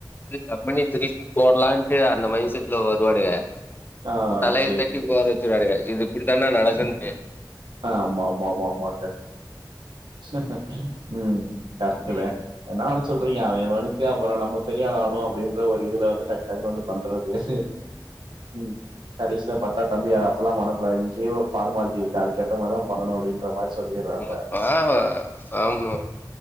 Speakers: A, on the left; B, on the right.
A: கம்பனி திருப்பி போடலான்ட்டு அந்த மைண்ட் செட்ல வருவானுக
B: ஆ
A: இப்போ தலையில
B: சேரி
A: தட்டி
B: சேரி
A: உக்கோர வெச்சுருவானுக இது இப்டிதான்னா நடக் முடியாது
B: ஆமா ஆமா ஆமா ஆமா கரெக்ட் ம் கரெட்டுத
A: ம்
B: என்னானு சொல்றீங்க அவெ அவெவனுக்கு அப்றோ நம்போ பெரிய ஆள் ஆணு அப்டின்ற ஒரு இதுல வந்து டக் டக்குன்னு வந்து பண்றது பேசுவே ம் கடைசியா பாத் த தம்பியு அப்டில்லா பண்ணக்கூடாது இங்கயே ஒரு பார்மால்ட்டி இருக்கு அதுக்கேத்த மார்தா பண்ணனு அப்டின் அது மாரி சொல்லிர்றாங்க
A: ம் ஆ ஆமா